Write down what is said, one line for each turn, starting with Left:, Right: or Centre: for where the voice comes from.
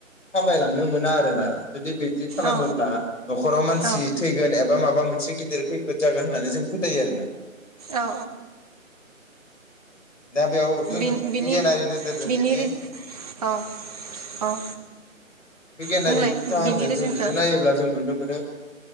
Left: थामायलांनो मोना आरोना जुदि बिदि खालामोब्ला
Right: औ
Left: न'खराव मानसि
Right: औ
Left: थैगोन एबा माबा मोनसे गिदिर खैफोद जागोन होननानै जों फोथायो आरोना।
Right: औ
Left: दा बेयाव जों
Right: नि बिनि
Left: बिगियानारि नोजोरजों
Right: बिनि
Left: जुदि
Right: औ औ।
Left: बिगियानारि
Right: बुंलाय
Left: जाहोनजों
Right: बिनि रिजोनखौ
Left: जों जुदि नायोब्ला जों नुनो मोनो